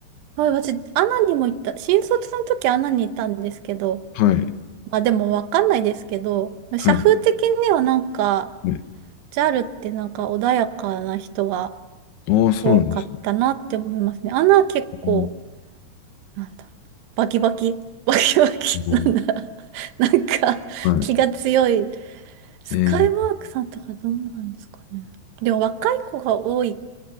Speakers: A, on the right; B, on the left.
A: な、あ、私、アナにも行った。新卒の時アナにいたんですけど、
B: はい。
A: まあでもわかんないですけど、
B: はい。
A: 社風的にはなんか、
B: ね
A: ジャルってなんか穏やかな人が
B: ああ、そうなんですね。
A: 多かったなって思いますね。アナは結構、
B: う
A: なんだ、バキバキ、バキバキ、
B: ん
A: なんだ、<laughs> なんか気が強い。
B: うんは
A: スカイワークさんとかどうなんですかね。
B: い。えー、
A: でも若い子が多い、